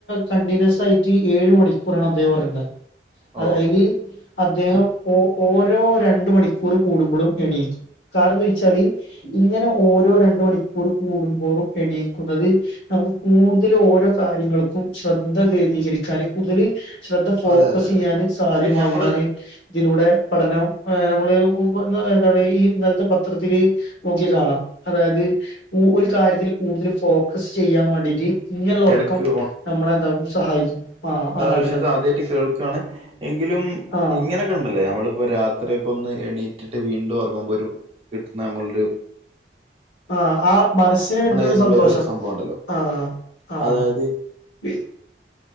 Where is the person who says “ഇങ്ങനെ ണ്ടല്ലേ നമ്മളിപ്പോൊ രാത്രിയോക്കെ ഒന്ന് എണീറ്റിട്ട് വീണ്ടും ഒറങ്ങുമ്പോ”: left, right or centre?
Right